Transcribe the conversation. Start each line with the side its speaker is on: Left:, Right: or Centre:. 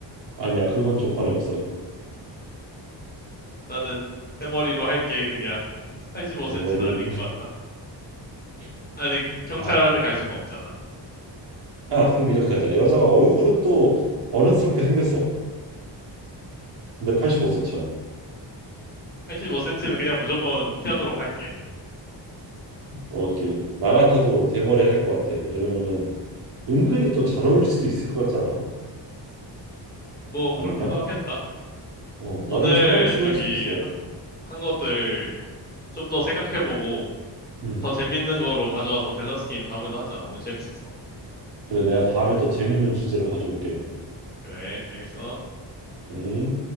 Right: 아니야, 그건 조건에 없어.
Left: 나는 대머리로 할게. 그냥 85cm는
Right: 대머리.
Left: 아닌 것 같다.
Right: <laughs>
Left: 아니, 경찰한테
Right: 아,
Left: 갈 수는 없잖아.
Right: 야, 그럼 이렇게 하자. 여자가 얼굴은 또 어른스럽게 생겼어. 근데 85cm야.
Left: 85cm는 그냥 무조건 피하도록 할게.
Right: 오케이. 나 같아도 대머리 할 것 같아. 왜냐면은 은근히 또 잘 어울릴 수도 있을 것 같잖아.
Left: 뭐
Right: 아닌가?
Left: 그렇게도 하겠다.
Right: 어,
Left: 오늘
Right: 나름 사랑스러울
Left: 저기
Right: 수도 있어.
Left: 하- 한 것들 좀 더 생각해보고
Right: 음.
Left: 더 재밌는 거로 가져와서 밸런스 게임 다음에도 하자. 오늘 재밌었어.
Right: 그래, 내가 다음에 또 재밌는 주제로 가져올게.
Left: 그래, 알겠어.
Right: 에이.